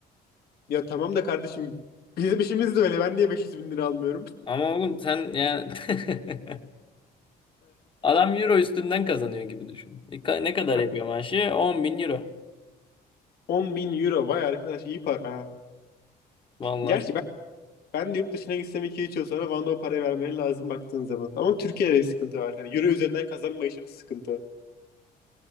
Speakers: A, on the left; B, on the left.
A: Ya tamam da kardeşim bizim işimiz de öyle. Ben niye 500 bin lira almıyorum?
B: Ama oğlum sen yani <laughs> Adam euro üstünden kazanıyor gibi düşün. E, ka-
A: <laughs>
B: Ne kadar yapıyor maaşı? On bin euro.
A: 10 bin euro vay arkadaş iyi para.
B: Vallahi
A: Gerçi
B: çok.
A: ben ben de yurt dışına gitsem iki üç yıl sonra bana da o parayı vermeleri lazım baktığın zaman. Ama Türkiye'de bir sıkıntı var. Hani euro üzerinden kazanma işimiz sıkıntı.